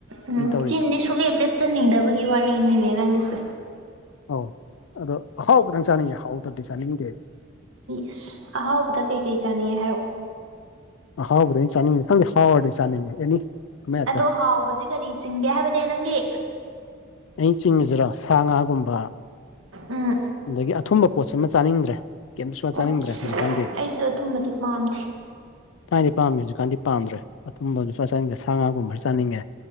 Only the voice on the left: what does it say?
ꯑꯩꯅ ꯇꯧꯔꯤꯖꯦ
ꯑꯧ ꯑꯗꯣ ꯑꯍꯥꯎꯕꯗꯪ ꯆꯥꯅꯤꯡꯉꯦ ꯍꯥꯎꯇꯕꯗꯤ ꯆꯥꯅꯤꯡꯗꯦ
ꯑꯍꯥꯎꯕꯗꯤ ꯑꯩꯅꯥ ꯆꯥꯅꯤꯡꯉꯤꯁꯦ ꯈꯪꯗꯦ ꯍꯥꯎꯔꯗꯤ ꯆꯥꯅꯤꯡꯉꯦ ꯑꯦꯅꯤ ꯑꯃ ꯍꯦꯛꯇ
ꯑꯩꯅ ꯆꯤꯡꯉꯤꯁꯤꯔꯣ ꯁꯥ ꯉꯥꯒꯨꯝꯕ
ꯑꯗꯥꯒꯤ ꯑꯊꯨꯝꯕ ꯄꯣꯠꯁꯤꯃ ꯆꯥꯅꯤꯡꯗ꯭ꯔꯦ ꯀꯩꯝ ꯁꯨꯡꯆꯥ
ꯆꯥꯅꯤꯡꯗ꯭ꯔꯥ ꯍꯧꯖꯤꯛꯀꯥꯟꯗꯤ
ꯊꯥꯏꯅꯗꯤ ꯄꯥꯝꯃꯤ ꯍꯧꯖꯤꯛꯀꯥꯟꯗꯤ ꯄꯥꯝꯗ꯭ꯔꯦ ꯑꯊꯨꯝꯕ ꯁꯨꯡꯆꯥ ꯆꯥꯅꯤꯡꯗ꯭ꯔ ꯁꯥ ꯉꯥꯒꯨꯝꯕ ꯆꯥꯅꯤꯡꯉꯦ